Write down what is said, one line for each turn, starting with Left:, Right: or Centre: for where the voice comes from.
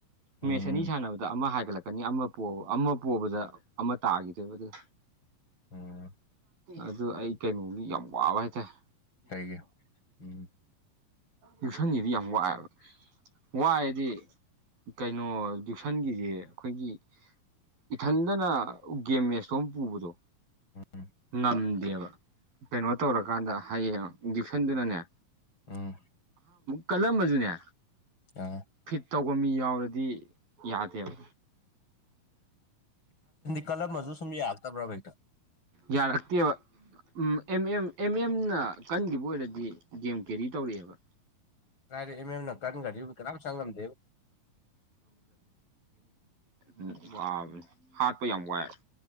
Right: ꯃꯦꯁꯅꯤ
Left: ꯎꯝ
Right: ꯁꯥꯟꯅꯕꯗ ꯑꯃ ꯀꯠꯂꯛꯀꯅꯤ ꯑꯃ ꯑꯃ ꯄꯣꯕꯗ ꯑꯃ ꯇꯥꯈꯤꯗꯣꯏꯕ ꯑꯗꯨꯒ
Left: ꯎꯝ
Right: ꯑꯗꯨ ꯑꯩ ꯀꯩꯅꯣꯒꯤ ꯌꯥꯝ ꯋꯥꯕ ꯍꯥꯏꯇꯥꯔꯦ
Left: ꯍꯩꯒ ꯎꯝ
Right: ꯌꯎꯁꯪꯉꯤꯗꯤ ꯌꯥꯝ ꯋꯥꯑꯦꯕ ꯋꯥꯏꯗꯤ ꯀꯩꯅꯣ ꯎꯁꯟꯒꯤꯁꯦ ꯑꯩꯈꯣꯏꯒꯤ ꯏꯊꯟꯗꯅ ꯒꯦꯝ ꯃꯦꯁꯇꯣ ꯑꯃ ꯄꯨꯕꯗꯣ
Left: ꯎꯝ
Right: ꯉ ꯕ ꯀꯩꯅꯣ ꯇꯧꯔꯀꯥꯟꯗ ꯍꯌꯦꯡ ꯗ꯭ꯌꯨꯁꯟꯗꯨꯅꯅꯦ
Left: ꯎꯝ
Right: ꯀꯜꯂꯝꯃꯁꯨꯅꯦ
Left: ꯑ
Right: ꯐꯤꯠ ꯇ ꯃꯤ ꯌꯥꯎꯔꯗꯤ ꯌꯥꯗꯦꯕ
Left: ꯀꯂꯝ ꯑꯃꯁꯨ ꯁꯨꯝ ꯌꯥꯛꯇꯕ꯭ꯔꯣ ꯕꯦꯛꯇ
Right: ꯌꯥꯔꯛꯇꯦꯕ ꯎꯝ ꯑꯦꯝ ꯑꯦꯝ ꯑꯦꯝ ꯑꯦꯝꯅ ꯀꯟꯈꯤꯕ ꯑꯣꯏꯔꯗꯤ ꯒꯦꯝ ꯀꯦꯔꯤ ꯇꯧꯔꯛꯑꯦꯕ
Left: ꯀꯥꯏꯔ ꯏꯃ ꯑꯦꯝꯅ ꯀꯟꯈ꯭ ꯀꯅꯥꯝ ꯆꯪꯂꯝꯗꯦꯕ
Right: ꯎꯝ ꯋꯥꯕꯅꯤ ꯍꯥꯠꯄ ꯌꯥꯝ ꯋꯥꯏ